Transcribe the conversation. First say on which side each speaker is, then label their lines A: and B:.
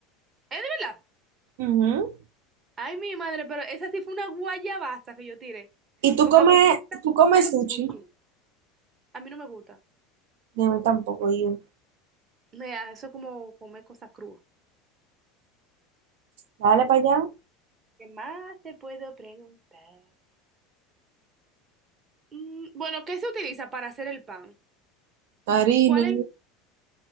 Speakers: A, on the right; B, on the right.
A: ¿Es de verdad?
B: Ujú.
A: Ay, mi madre, pero esa sí fue una guayabaza que yo tiré.
B: ¿Y tú
A: Porque
B: comes,
A: a mí sí me gusta
B: tú comes
A: el
B: sushi?
A: sushi. A mí no me gusta.
B: No, a mí tampoco, yo.
A: Me da eso como comer cosas crudas.
B: Dale para allá.
A: ¿Qué más te puedo preguntar? Mm, bueno, ¿qué se utiliza para hacer el pan?
B: Harina.
A: ¿Cuál es?